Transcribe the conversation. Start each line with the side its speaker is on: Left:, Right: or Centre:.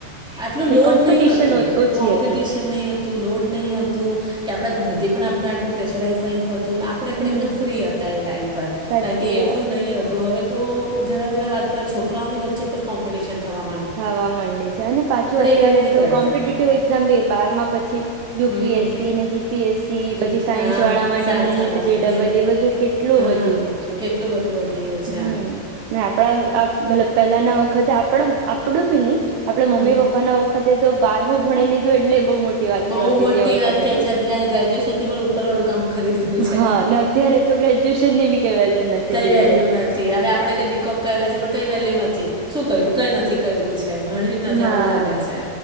Centre: આટલું લોડ
Right: કોમ્પિટિશન
Centre: નહી હતું.
Right: ઓછી
Centre: કોમ્પિટિશન
Right: હતી
Centre: નહી હતું. લોડ નહી હતું. કે આપણા ઘરથી પણ આપણું આટલું પ્રેશરાઈઝ નહીં થત આપણે પણ
Right: હમ
Centre: એકદમ ફ્રી હતા એ ટાઈમ પર
Right: સાચી
Centre: કારણ કે એટલું
Right: વાત
Centre: નહી હતું. હવે તો જરા જરા વાત પર છોકરાઓની વચ્ચે પણ કોમ્પિટિશન થવામાં
Right: થવા માંડે છે અને પાછું અત્યારે
Centre: એવું નહીં
Right: તો
Centre: કરતા
Right: કોમ્પિટેટિવ એક્ઝામ બારમાં પછી યુપી
Centre: હમ
Right: એસસીને, જીપીએસસી
Centre: જી
Right: પછી
Centre: બેન
Right: સાયન્સ
Centre: હા
Right: વાળા માટે
Centre: સાયન્સ
Right: નીટ
Centre: વાળાનું
Right: જે ડબલ
Centre: ની બેન
Right: ઈ બધું કેટલું
Centre: હા
Right: વધી ગયું છે.
Centre: કેટલું બધું વધી ગયું છે
Right: હમ્મ ને આપણા મતલબ પહેલા ના વખતે આપડમ આપડું બી ની. આપડે મમ્મી
Centre: હમ
Right: પપ્પા ના વખતે તો બારવું ભણી લીધું એટલે બહુ મોટી વાત
Centre: બહુ
Right: કહેવાતી
Centre: મોટી
Right: તે વખતે
Centre: વાત થઈ
Right: તો
Centre: જ ગ્રેજ્યુએશન થી પણ ઉપર વાળું કામ કરી દીધું. છે
Right: હા ને અત્યારે તો ગ્રેજ્યુએશનની બી કઈ વેલ્યુ નથી
Centre: કઈ
Right: જેવી
Centre: વેલ્યુ
Right: રહ્યું.
Centre: નથી હવે આપણે કઈ બીકોમ કરેલા છે પણ કઈ વેલ્યુ નથી. શું કર્યું કઈ નથી કર્યું છે. ભણ્યું જ નથી
Right: હા
Centre: આવું લાગે છે.